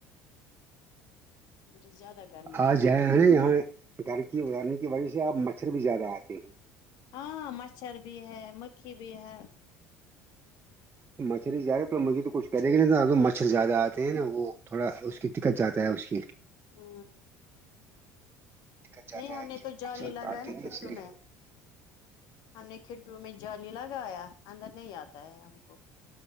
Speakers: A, on the left (about 65°); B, on the right (about 30°).
A: جی زیادہ کر
B: آج جائ ہیں یہاں گھر کی ازارنے کی وجہ سے آب مچھر بھی زیادہ آتے ہیں
A: ہاں مچھر بھی ہے مکھی بھی ہے
B: مچھر ہی زیادہ تو مج تو کچھ کریں گی نہیں مچھر زیادہ آتے ہیں نا وہ تھوڑا اس کی دقت جیادہ تا ہے اس کی
A: ہ
B: دقت جاتا
A: نہیں ہم
B: ہے
A: نے
B: کہ
A: تو جال
B: مچھر
A: ہی لگایا
B: کاٹتے
A: نا
B: نہیں
A: کھڑکیوں
B: اس لیے
A: میں ہم نے کھڑکیوں میں جلی لگایا اندر نہیں آتا پتا ہے ہم کو